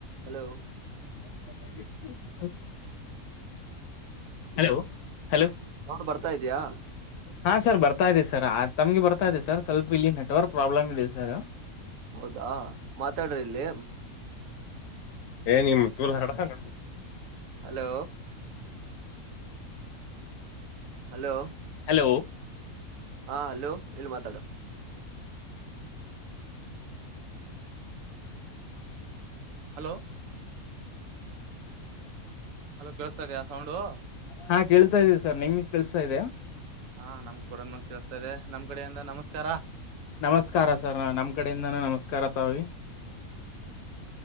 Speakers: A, on the right; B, on the left.
A: Hello
B: <unintelligible> hello hello
A: sound ಬರ್ತಾ ಇದ್ಯಾ
B: ಹಾ ಸರ್ ಬರ್ತಾ ಇದೆ ಸರ್ ತಮ್ಗೆ ಬರ್ತಾ ಇದೆ ಸರ್ ಸ್ವಲ್ಪ ಇಲ್ಲಿ ನೆಟ್ವರ್ಕ್ ಪ್ರಾಬ್ಲಮ್ ಇದೆ ಸರ್
A: ಹೌದಾ ಮಾತಾಡ್ರ ಇಲ್ಲಿ
B: <unintelligible>
A: ಹಲೋ ಹಲೋ
B: ಹಲೋ
A: ಹಾ ಹಲೋ ಇಲ್ಲಿ ಮಾತಾಡು ಹಲೋ ಅಲೋ ಕೇಳಸ್ತಾ ಇದ್ಯಾಾ ಸೌಂಡು
B: ಹಾ ಕೇಳ್ತಾ ಇದಿ ಸರ್ ನಿಮ್ದ ಕಲ್ಸ್ತಾ ಇದ್ಯಾ
A: ಹಾ ನಮ್ ಕೂಡ ಕೇಸ್ತಾ ಇದೆ ನಮ್ ಕಡೆೆಯಿಂದ ನಮಸ್ಕಾರ
B: ನಮಸ್ಕಾರ ಸರ್ ನಾ ನಮ್ ಕಡೆಯಿಂದಾನೂ ನಮಸ್ಕಾರ ಲಿ